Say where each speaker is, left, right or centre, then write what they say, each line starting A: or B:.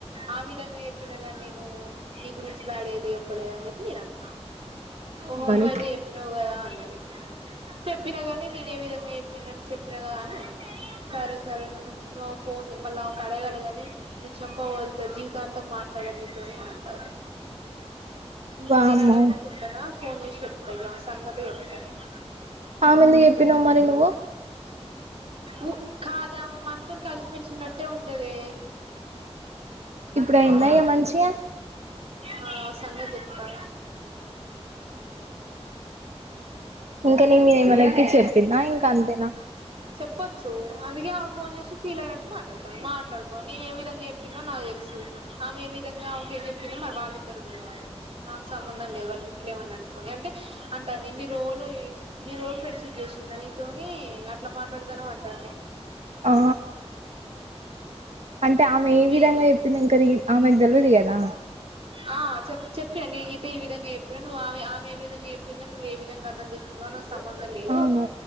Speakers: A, on the right; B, on the right.
A: ఆ విధంగా ఎప్పినా గన్ నేనూ నీ గురించి బ్యాడ్ గా అయితే చెప్పలేదని జేప్పి నేన్అన్నా
B: అవును
A: ఓహో
B: మరి
A: నువ్వు అయితే ఎప్పినవ్ వ్ గాదా అన్నది చెప్పినా గానీ నేన్ ఏవిధంగా ఎప్పిన అని చెప్పినా గదా నేన్ అన్న సరే సరే ఫోన్ జే మల్ల ఆవక్ అడగలగని నీ చెంపవల్తద్ జీవితాంతం మాట్లాడన్ నీతోని అని అంటంది
B: వామ్మో
A: నేను అడగకుంట ఉంటానా ఫోన్ జేసి చెప్తా జుడు ఆవె సంగతె ఎప్తా నేను
B: ఆమెందు ఎప్పినవ్ మరే నువ్వు
A: ఉ కాదే ఆవే మనతోనీ కల్సి మెల్షి ఉన్నట్టే ఉంటదే
B: ఇప్పుడు అయిందా
A: ఆమె
B: ఇగ మంచిగా
A: ఆ సంగతి చెప్తా
B: ఇంకా నీ మీద ఏమన్న ఎక్కించి చెప్పిందా ఇంకా అంతేనా
A: చెప్పొచ్చు అందుకే ఆవ ఫోన్జేసి ఫీల్ అయినట్ మాట్లాడ్తంది మాట్లాడుకో నేను ఏ విధంగా ఎప్పినో నాక్ తెల్సు ఆమె ఏ విధంగా ఓకే చెప్పిందో మరి వాళ్ళ ఇద్దరు తెలవాలి నాకు సంబంధం లేదు వాళ్ళు ఇంట్లోమన్నా అనుకోని అంటే అంటా వే ఎన్ని రో లనీ రోల్ ఫ్రెండ్స్ చేసిందని తోని అట్లా మాట్లాడతాన్న వ్ అంటాంది
B: ఆ అంటే ఆమె ఏ
A: మీ
B: విధంగా చెప్పింది ఇంకా ఆమెకు తెలియదు గదా
A: ఆ చెప్పుచె పే నేనైతేఈ విధంగా చెప్య నువ్ ఆ ఆమైతే ఏ విధంగా చెప్పిందో నువ్వు ఏ విధంగా అర్ధం జేసుకొ అన్ననాకు సంబంధం లేదు
B: అవును